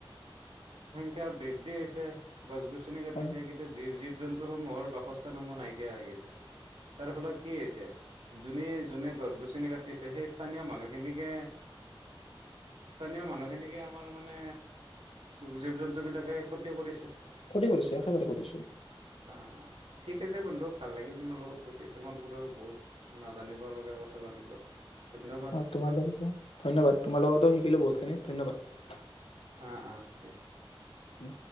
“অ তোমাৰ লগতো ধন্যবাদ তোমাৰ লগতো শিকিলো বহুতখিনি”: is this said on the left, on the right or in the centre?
Left